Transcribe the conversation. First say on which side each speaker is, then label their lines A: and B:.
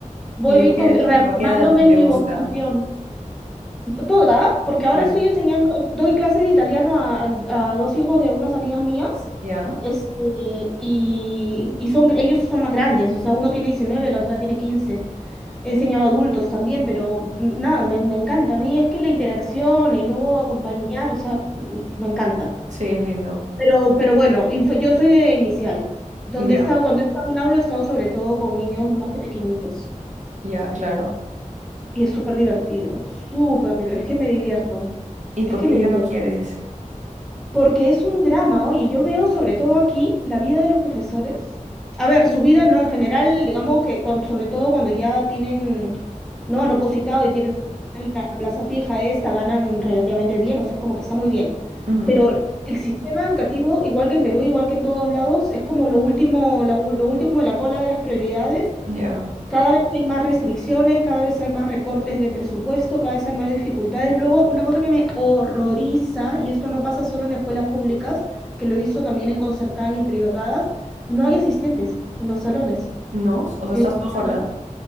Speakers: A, in the centre; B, on the right.
A: Voy
B: ¿Y en qué,
A: confi- reafirmándome
B: tipo, a qué edad
A: en
B: te
A: mi
B: gusta?
A: vocación, toda, ¿ah? porque ahora
B: Ya.
A: estoy enseñando, doy clases de italiano a, a- a dos hijos de unas amigas mías,
B: Ya.
A: este, y, y son, ellos son más grandes, o sea, uno tiene diecinueve la otra tiene quince He enseñado a adultos también, pero mm, nada, me, me encanta. A mí es que la interacción y luego acompañar, o sea, m- me encanta.
B: Sí, es lindo.
A: Pero, pero bueno, inf- yo soy de inicial. Donde
B: Ya.
A: he estado, cuando he estado en aula, he estado sobre todo con niños más pequeñitos.
B: Ya, claro.
A: Y es súper divertido, súper divertido. Es que me divierto,
B: ¿Y por
A: es que
B: qué
A: me divierto.
B: ya no quieres?
A: Porque es un drama, oye, yo veo sobre todo aquí la vida de los profesores. A ver, su vida, ¿no? En general, digamos que cuando, sobre todo cuando ya tienen, ¿no? Han opositado y tienen la plaza fija esta, ganan relativamente bien, o sea, es como que está muy bien.
B: Ujú.
A: Pero el sistema educativo, igual que en Perú, igual que en todos lados, es como lo último, lo, ul- lo último de la cola de las prioridades
B: Ya.
A: cada vez hay más restricciones, cada vez hay más recortes de presupuesto, cada vez hay más dificultades. Luego, una cosa que me horroriza, y esto no pasa solo en escuelas públicas, que lo he visto también en concertadas y en privadas, no hay asistentes en los salones.
B: ¿No? O sea,
A: En
B: ¿estás
A: el
B: tú sola?
A: salón.